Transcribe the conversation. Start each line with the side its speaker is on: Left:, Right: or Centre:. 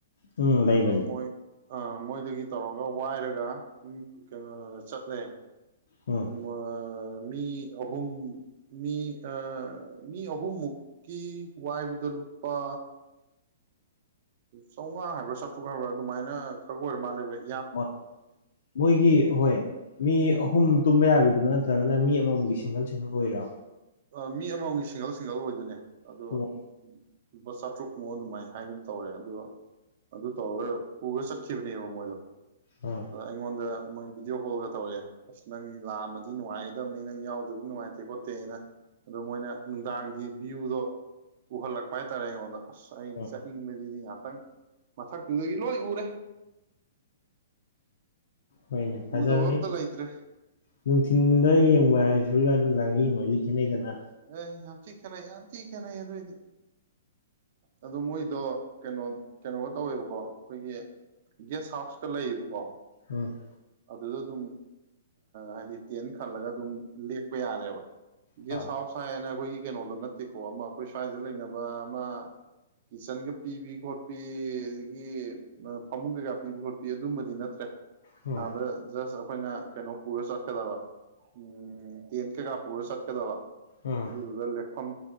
Left: ꯎꯝ ꯂꯩꯕꯅꯦ꯫
Right: ꯑꯗꯣ ꯃꯣꯏ ꯑ ꯃꯣꯏꯗꯒꯤ ꯇꯧꯔꯒ ꯋꯥꯏꯔꯒ ꯀꯩꯅꯣ ꯆꯠꯂꯦ
Left: ꯎꯝ
Right: ꯃꯣꯏ ꯃꯤ ꯑꯍꯨꯝ ꯃꯤ ꯑ ꯃꯤ ꯑꯍꯨꯝꯃꯨꯛꯀꯤ ꯋꯥꯏꯕꯗ ꯂꯨꯄꯥ ꯆꯥꯎꯉꯥ ꯍꯥꯏꯕ꯭ꯔꯥ ꯆꯥꯇ꯭ꯔꯨꯛ ꯍꯥꯏꯕ꯭ꯔꯥ ꯑꯗꯨꯃꯥꯏꯅ ꯈꯛ ꯑꯣꯏꯔ ꯃꯥꯜꯂꯦꯕ ꯑꯩ
Left: ꯑꯣ ꯃꯣꯏꯒꯤ ꯍꯣꯏ ꯃꯤ ꯑꯍꯨꯝ ꯇꯨꯝꯕ ꯌꯥꯕꯤꯗꯨꯔ ꯅꯠꯇ꯭ꯔꯒ ꯅ ꯃꯤ ꯑꯃꯃꯝꯒꯤ ꯁꯤꯡꯒꯜ-ꯁꯤꯡꯒꯜ ꯑꯣꯏꯔꯤꯔꯣ꯫
Right: ꯑ ꯃꯤ ꯑꯃꯃꯝꯒꯤ ꯁꯤꯡꯒꯜ-ꯁꯤꯡꯒꯜ ꯑꯣꯏꯗꯣꯏꯅꯦ꯫ ꯑꯗꯣ
Left: ꯑꯣ
Right: ꯂꯨꯄꯥ ꯆꯥꯇ꯭ꯔꯨꯛꯃꯨꯛ ꯑꯗꯨꯃꯥꯏꯅ ꯍꯥꯏꯒꯨꯝ ꯇꯧꯔꯦ ꯑꯗꯣ ꯑꯗꯨ ꯇꯧꯔꯒ ꯄꯨꯔ ꯆꯠꯈꯤꯕꯅꯦꯕ ꯃꯣꯏꯗꯣ
Left: ꯑꯥ
Right: ꯑ ꯑꯩꯉꯣꯟꯗ ꯃꯣꯏ ꯚꯤꯗꯤꯑꯣ ꯀꯣꯜꯒ ꯇꯧꯔꯛꯑꯦ ꯑꯁ ꯅꯪ ꯂꯥꯛꯑꯝꯃꯗꯤ ꯅꯨꯡꯉꯥꯏꯒꯗꯕꯅꯤ ꯅꯪ ꯌꯥꯎꯗꯕꯗꯤ ꯅꯨꯡꯉꯥꯏꯇꯔꯦ ꯈꯣꯠꯇꯦꯅ꯫ ꯑꯗꯣ ꯃꯣꯏꯅ ꯅꯨꯡꯗꯥꯡꯒꯤ ꯚ꯭ꯌꯨꯗꯣ ꯎꯍꯜꯂꯛꯄ ꯍꯥꯏꯇꯥꯔꯦ ꯑꯩꯉꯣꯟꯗ꯫ ꯑꯁ ꯑꯩꯅ
Left: ꯎꯝ
Right: ꯆꯠꯅꯤꯡꯕꯁꯤꯗꯤ ꯉꯍꯥꯛ ꯊꯡ ꯃꯊꯛꯇꯨꯗꯒꯤ ꯂꯣꯏ ꯎꯔꯦ꯫
Left: ꯍꯣꯏꯅꯦ ꯐꯖꯕꯅꯤ
Right: ꯎꯗꯕ ꯑꯝꯇ ꯂꯩꯇ꯭ꯔꯦ
Left: ꯅꯨꯡꯊꯤꯟꯗ ꯌꯦꯡꯕ ꯍꯥꯏꯁ ꯊꯨꯜꯒꯥ ꯅꯨꯡꯗꯥꯡ ꯃꯔꯤ ꯃꯔꯤ ꯈꯦꯠꯅꯩꯗꯅ
Right: ꯑꯦ ꯌꯥꯝ ꯊꯤ ꯈꯦꯠꯅꯩ ꯌꯥꯝ ꯊꯤ ꯈꯦꯠꯅꯩ ꯑꯗꯨꯒꯤꯗꯤ꯫ ꯑꯗꯨ ꯃꯣꯏꯗꯣ ꯀꯩꯅꯣ ꯀꯩꯅꯣꯒ ꯇꯧꯋꯦꯕꯀꯣ ꯑꯩꯈꯣꯏꯒꯤ ꯒꯦꯁ ꯍꯥꯎꯁꯀ ꯂꯩꯌꯦꯕꯀꯣ꯫
Left: ꯎꯝ
Right: ꯑꯗꯨꯗ ꯑꯗꯨꯝ ꯍꯥꯏꯗꯤ ꯇꯦꯟ ꯈꯜꯂꯒ ꯑꯗꯨꯝ ꯂꯦꯛꯄ ꯌꯥꯔꯦꯕ
Left: ꯍꯣꯏ
Right: ꯒꯦꯁ ꯍꯥꯎꯁ ꯍꯥꯏꯌꯦꯅ ꯑꯩꯈꯣꯏꯒꯤ ꯀꯩꯅꯣꯗꯣ ꯅꯠꯇꯦꯀꯣ ꯑꯃ ꯑꯩꯈꯣꯏ ꯁ꯭ꯋꯥꯏꯗ ꯂꯩꯅꯕ ꯑꯃ ꯀꯤꯠꯆꯟꯒ ꯄꯤꯕꯤ ꯈꯣꯠꯄꯤ ꯑꯗꯒꯤ ꯐꯃꯨꯡ ꯀꯩꯀꯥ ꯄꯤꯕꯤ ꯈꯣꯠꯄꯤ ꯑꯗꯨꯝꯕꯗꯤ ꯅꯠꯇ꯭ꯔꯦ꯫
Left: ꯎꯝ
Right: ꯑꯥꯗ ꯖꯁꯠ ꯑꯥ ꯑꯩꯈꯣꯏꯅ ꯀꯩꯅꯣ ꯄꯨꯔ ꯆꯠꯀꯗꯕ ꯎ ꯇꯦꯟ ꯀꯩꯀꯥ ꯄꯨꯔ ꯆꯠꯀꯗꯕ
Left: ꯎꯝ
Right: ꯗꯨꯗꯨꯒꯥ ꯂꯦꯀꯐꯝ